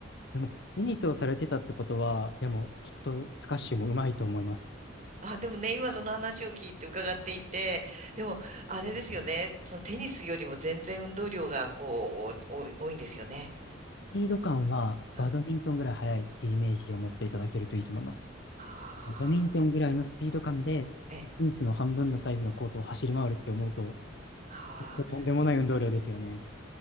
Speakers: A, on the left (about 60°); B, on the right (about 40°).
A: でも、テニスをされてたってことは、でも、きっとスカッシュも上手いと思います。
B: あ、でもね、今その話を聞いて伺っていて、でも、あれですよね、そのテニスよりも全然運動量がこう、おお多いんですよね。
A: スピード感はバドミントンぐらい速いっていうイメージを持っていただけるといいと思います。
B: うん。ああ、
A: バドミントンぐらいのスピード感で、
B: ええ、
A: テニスの半分のサイズのコートを走り回るって思うと、
B: ああ、
A: 結構とんでもない運動量ですよね。